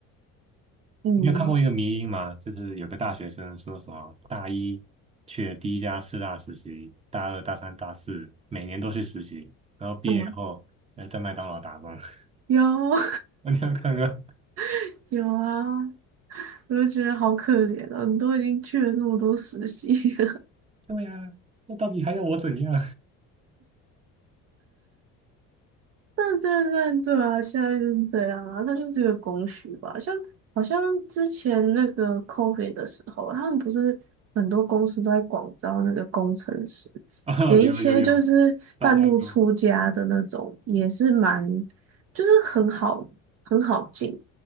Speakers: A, on the right; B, on the right.
A: 嗯，
B: 你有看过一个迷因吗？就是有个大学生说什么大一去了第一家四大实习，大二、大三、大四每年都去实习，然后毕业后呃在麦当劳打工。
A: 嗯，
B: <laughs>
A: 有
B: 那你要看看，
A: <laughs> 有啊，我就觉得好可怜啊，你都已经去了这么多实习。<laughs>
B: 对呀、那到底还要我怎样？
A: 但对对对啊，现在就是这样啊，那就是一个供需吧。像好像之前那个 COVID 的时候，他们不是很多公司都在广招那个工程师，
B: <laughs> 哦，
A: 连一些就是半路出家的那种，
B: 有有有，糟太多。
A: 也是蛮就是很好很好进。